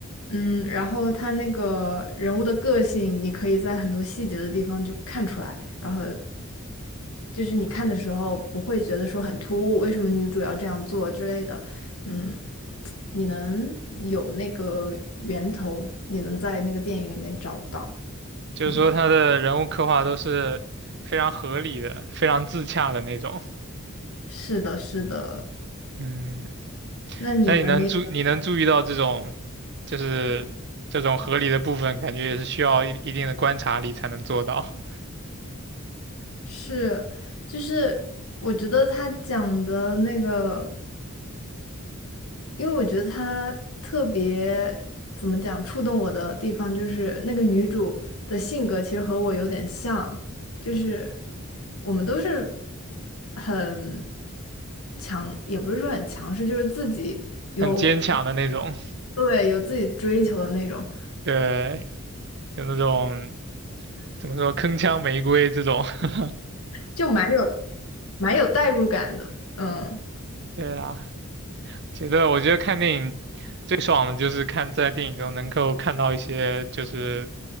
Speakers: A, on the left; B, on the right.
A: 嗯，然后他那个人物的个性，你可以在很多细节的地方就看出来，然后就是你看的时候不会觉得说很突兀，为什么女主要这样做之类的，嗯，你能有那个源头，你能在那个电影里面找到，
B: 就是说他的人物刻画都是非常合理的、
A: 嗯，
B: 非常自洽的那种。
A: 是的，是的，
B: 嗯，
A: 那你呢？
B: 那你能注你能注意到这种，
A: 你有没有看？
B: 就是这种合理的部分，感觉也是需要一一定的观察力才能做到，
A: 是，就是我觉得他讲的那个。因为我觉得她特别怎么讲触动我的地方，就是那个女主的性格其实和我有点像，就是我们都是很强，也不是说很强势，就是自己有
B: 很坚强的那种。
A: 对有自己追求的那种，
B: 对，就那种怎么说铿锵玫瑰这种。<laughs>
A: 就蛮有蛮有代入感的。嗯，
B: 对啊，觉得我觉得看电影最爽的就是看在电影中能够看到一些就是